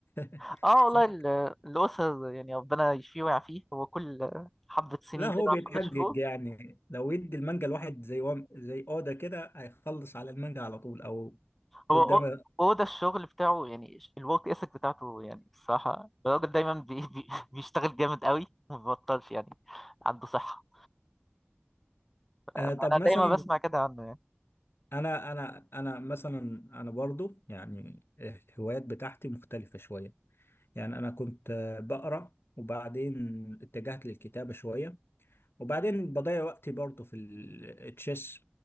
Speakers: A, on the left (about 60°); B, in the centre.
A: <laughs>
B: اه والله
A: صح
B: ال- الأسر يعني ربنا يشفيه ويعافيه هو كل حبة سنين
A: لا هو
B: كده
A: بيتحجج
B: أو حبة شهور
A: يعني لو يدي المانجا الواحد زي وم... زي اودا كده هيخلص على المانجا على طول او
B: هو
A: قدام
B: أو- هو ده الشغل بتاعه يعني الورك اثيك بتاعته يعني الصراحة الراجل دايما بي بي بيشتغل جامد قوي وما بيبطلش يعني عنده صحة
A: آه
B: أنا
A: طب مثلا
B: دايما بسمع كده عنه يعني
A: انا انا انا مثلا انا برضو يعني الهوايات بتاعتي مختلفة شوية يعني انا كنت آه، بقرا وبعدين اتجهت للكتابة شوية وبعدين بضيع وقتي برضه في ال- التشيس